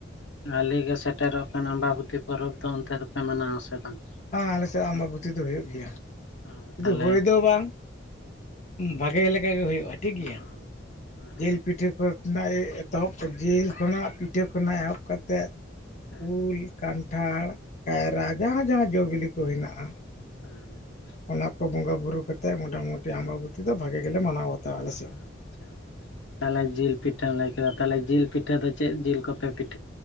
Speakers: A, on the left; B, on the left.
A: ᱟᱞᱤᱜᱮ ᱥᱮᱴᱮᱨᱚᱜ ᱠᱟᱱ ᱟᱢᱵᱟᱵᱚᱛᱤ ᱯᱚᱨᱚᱵᱽ ᱫᱚ ᱚᱱᱛᱮ ᱫᱚᱯᱮ ᱢᱟᱱᱟᱣ ᱥᱮ ᱵᱟᱝ
B: ᱟᱞᱮ ᱥᱮᱫ ᱟᱢᱵᱟᱵᱚᱛᱤ ᱫᱚ ᱦᱩᱭᱩᱜ ᱜᱮᱭᱟ
A: ᱚ
B: ᱥᱩᱫᱩ
A: ᱛᱟᱦᱚᱞᱮ
B: ᱦᱩᱭ ᱫᱚ ᱵᱟᱝ? ᱵᱷᱟᱜᱮ ᱞᱮᱠᱟ ᱜᱮ ᱦᱩᱭᱩᱜᱼᱟ ᱴᱷᱤᱠ ᱜᱮᱭᱟ᱾
A: ᱚ ᱦᱮᱸ
B: ᱡᱤᱞ ᱯᱤᱴᱷᱟᱹ ᱮᱛᱚᱦᱚᱵ ᱡᱤᱞ ᱠᱷᱚᱱᱟᱜ ᱯᱤᱴᱷᱟᱹ ᱠᱷᱚᱱᱟᱜ ᱮᱦᱚᱵ ᱠᱟᱛᱮᱫ
A: ᱦᱮᱸ
B: ᱩᱞ ᱠᱟᱱᱴᱷᱟᱲ ᱠᱟᱭᱨᱟ ᱡᱟᱦᱟ ᱡᱟᱦᱟ ᱡᱚ ᱵᱤᱞᱤ ᱠᱚ ᱦᱮᱱᱟᱜᱼᱟ ᱾
A: <unintelligible>
B: ᱚᱱᱟ ᱠᱚ ᱵᱚᱸᱜᱟ ᱵᱩᱨᱩ ᱠᱟᱛᱮᱜ ᱢᱚᱴᱟᱢᱩᱴᱤ ᱟᱢᱵᱟᱵᱚᱛᱤ ᱫᱚ ᱵᱷᱟᱜᱮ ᱜᱮᱞᱮ ᱢᱟᱱᱟᱣ ᱵᱟᱛᱟᱣᱟ ᱟᱞᱮ
A: ᱟᱪᱪᱷᱟ
B: ᱥᱮᱫ
A: ᱛᱟᱦᱞᱮ ᱡᱤᱞ ᱯᱤᱴᱷᱟᱹᱢ ᱞᱟᱹᱭ ᱠᱮᱫᱟ ᱛᱟᱦᱞᱮ ᱡᱤᱞ ᱟᱫᱚ ᱪᱮᱫ ᱡᱤᱞ ᱠᱚᱯᱮ ᱯᱤᱴᱷᱟ